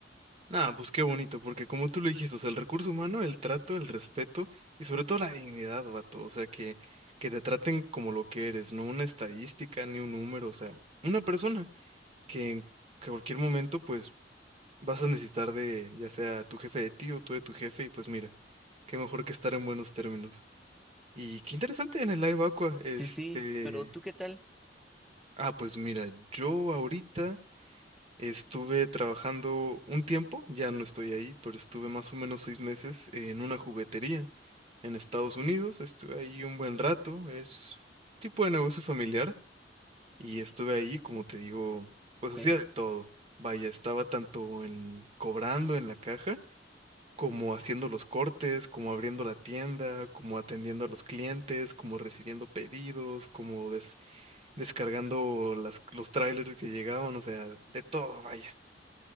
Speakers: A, on the right; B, in the centre.
A: Nada, pues qué bonito, porque como tú lo dijiste, o sea, el recurso humano, el trato, el respeto y sobre todo la dignidad, vato, o sea, que, que te traten como lo que eres, no una estadística ni un número, o sea, una persona que en cualquier momento pues vas a necesitar de ya sea tu jefe de ti o tú de tu jefe y pues mira, qué mejor que estar en buenos términos. Y qué interesante en el Live Aqua, este...
B: Sí, sí, pero ¿tú qué tal?
A: Ah, pues mira, yo ahorita... Estuve trabajando un tiempo, ya no estoy ahí, pero estuve más o menos seis meses en una juguetería en Estados Unidos. Estuve ahí un buen rato, es tipo de negocio familiar y estuve ahí, como te digo, pues hacía
B: ¿ok?
A: de todo. Vaya, estaba tanto en cobrando en la caja, como haciendo los cortes, como abriendo la tienda, como atendiendo a los clientes, como recibiendo pedidos, como des- descargando las- los trailers que llegaban, o sea, de todo, vaya.